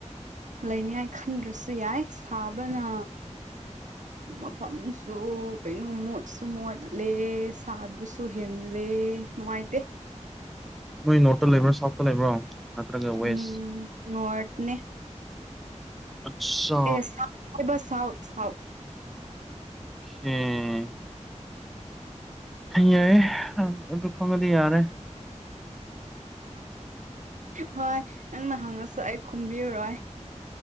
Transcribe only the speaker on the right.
ꯂꯩꯅꯤꯡꯉꯥꯏ ꯈꯟꯗ꯭ꯔꯁꯨ ꯌꯥꯏ ꯁꯥꯕꯅ ꯃꯐꯝꯁꯨ ꯀꯩꯅꯣ ꯃꯣꯠꯁꯨ ꯃꯣꯠꯂꯦ ꯁꯥꯕꯁꯨ ꯍꯦꯜꯂꯦ ꯅꯨꯡꯉꯥꯏꯇꯦ
ꯎꯝ ꯅꯣꯡꯋꯥꯇꯅꯦ
ꯑꯦ ꯁꯥꯎ ꯍꯥꯏꯕ ꯁꯥꯎꯊ ꯁꯥꯎꯊ
ꯍꯣꯏ ꯅꯪꯅ ꯍꯪꯉꯁꯨ ꯑꯩ ꯈꯨꯝꯕꯤꯔꯔꯣꯏ